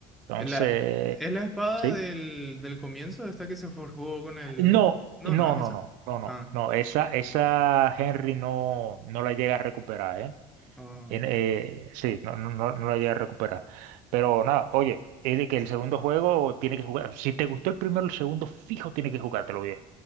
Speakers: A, on the right; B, in the centre.
A: Entonces,
B: La, es la espada
A: sí,
B: del, del comienzo, esta que se forjó con el...
A: No,
B: No,
A: no,
B: no, es
A: no,
B: esa.
A: no, no, no,
B: Ah,
A: no, esa, esa Henry no, no la llega a recuperar, ¿eh?
B: ah,
A: En- eh, sí, no, no, no no la llega a recuperar. Pero nada, oye, es de que el segundo juego tiene que jugar, si te gustó el primero, el segundo fijo tiene que jugártelo